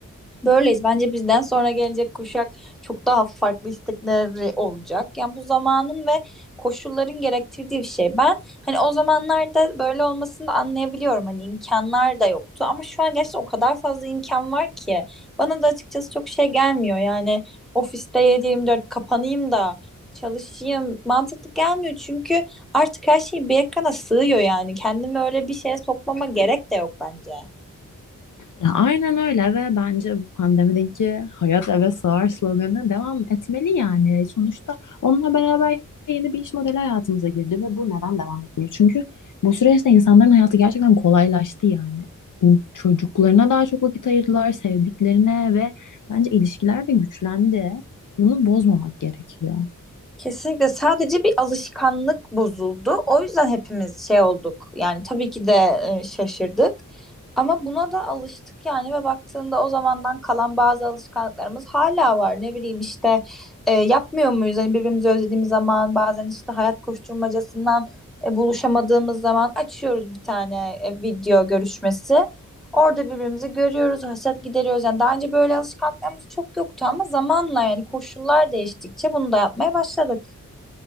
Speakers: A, in the centre; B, on the left.
A: Böyleyiz. Bence bizden sonra gelecek kuşak çok daha farklı istekleri olacak. Yani bu zamanın ve koşulların gerektirdiği bir şey. Ben hani o zamanlarda böyle olmasını da anlayabiliyorum. Hani imkanlar da yoktu. Ama şu an gerçekten o kadar fazla imkan var ki. Bana da açıkçası çok şey gelmiyor. Yani ofiste 7-24 kapanayım da çalışayım mantıklı gelmiyor. Çünkü artık her şey bir ekrana sığıyor yani. Kendimi öyle bir şeye sokmama gerek de yok bence.
B: Ya aynen öyle ve bence bu pandemideki hayat eve sığar sloganına devam etmeli yani. Sonuçta onunla beraber yeni bir iş modeli hayatımıza girdi ve bu neden devam etmiyor? Çünkü bu süreçte insanların hayatı gerçekten kolaylaştı yani. Çocuklarına daha çok vakit ayırdılar, sevdiklerine ve bence ilişkiler de güçlendi. Bunu bozmamak gerekiyor.
A: Kesinlikle sadece bir alışkanlık bozuldu. O yüzden hepimiz şey olduk. Yani tabii ki de e, şaşırdık ama buna da alıştık yani ve baktığında o zamandan kalan bazı alışkanlıklarımız hala var. Ne bileyim işte e, yapmıyor muyuz? Hani birbirimizi özlediğimiz zaman bazen işte hayat koşturmacasından e, buluşamadığımız zaman açıyoruz bir tane e, video görüşmesi. Orada birbirimizi görüyoruz, hasret gideriyoruz. Yani daha önce böyle alışkanlıklarımız çok yoktu ama zamanla yani koşullar değiştikçe bunu da yapmaya başladık.